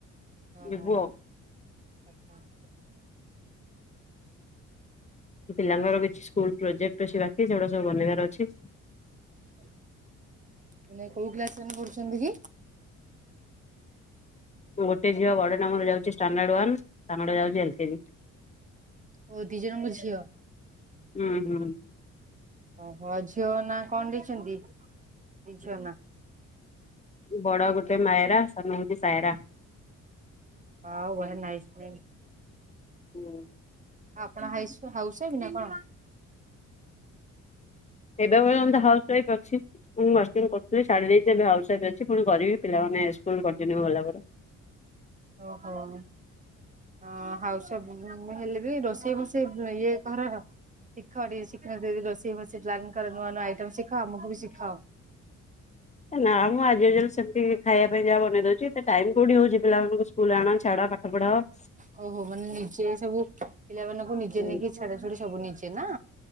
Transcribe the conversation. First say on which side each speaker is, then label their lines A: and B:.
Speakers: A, on the right; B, on the left.
A: ଓହୋ
B: ଯିବୁ ଆଉ।
A: ଆଚ୍ଛା
B: ପିଲାଙ୍କର କିଛି ସ୍କୁଲ୍ ପ୍ରୋଜେକ୍ଟ୍ ଅଛି ବାକି ସେଗୁଡା ସବୁ ବନେଇବାର ଅଛି।
A: ଏଇନେ କଉ କ୍ଲାସରେ ପଢୁଛନ୍ତି କି?
B: ମୁଁ ଗୋଟେ ଝିଅ ବଡଟା ମୋର ଯାଉଚି ଷ୍ଟାଣ୍ଡାଡ୍ ୱାନ୍ ସାନ ଟା ଯାଉଚି ଏଲ୍ କେଜି।
A: ଓ ଦି ଜଣଙ୍କ ଝିଅ।
B: ହୁଁ ହୁଁ।
A: ଓହୋ ଝିଅ ନା କଣ ଦେଇଚନ୍ତି? ଦି ଝିଅ ନା?
B: ବଡ ଗୋଟେ ମାୟରା ସାନ ହଉଛି ସାୟରା।
A: ୱଓ! ୱହ ନାଇସ ନେମ।
B: ହୁଁ।
A: ଆପଣ ହାଇସ୍- ହାଉସ୍ ୱାଇଫ୍ ନା କଣ?
B: ଏବେ ପର୍ଯ୍ୟନ୍ତ ତ ହାଉସ୍ ୱାଇଫ୍ ଅଛି। ମୁଁ ମାଷ୍ଟରାଣୀ କରୁଥିଲି ଛାଡ଼ି ଦେଇଚି ଏବେ ହାଉସ୍ ୱାଇଫ୍ ଅଛି ପୁଣି କରିବି ପିଲାମାନେ ସ୍କୁଲ୍ କଣ୍ଟିନ୍ୟୁ ଗଲା ପରେ।
A: ଓହୋ। ହଁ ହାଉସ୍ ୱାଇଫ୍ ମୁଁ ହେଲେ ବିି ରୋଷେଇ ବୋଷେଇ ଇଏ ଘରର ଶିଖ ଟିକେ <unintelligible> ରୋଷେଇ ଫୋଷେଇ ପ୍ଳାନକର। ନୂଆ ନୂଆ ଆଇଟମ ଶିଖ। ଆମକୁ ବି ଶିଖାଅ।
B: ନା ମ ଆଜ ଏଜୁଅଲ ସେମିତି ଖାଇବା ପାଇଁ ଯାହା ବନେଇ ଦଉଚି। ଏତେ ଟାଇମ୍ କଉଠି ହଉଚି ପିଲାମାନଙ୍କୁ ସ୍କୁଲ୍ ଆଣ ଛାଡ ପା <unintelligible>
A: ହୋଉ ହୋଉ ମାନେ ନିଜେ ସବୁ ପିଲାମାନଙ୍କୁ ନିଜେ
B: ହୁଁ
A: ନେଇକି ଛାଡା ଛୁଡି ସବୁ ନିଜେ ନା?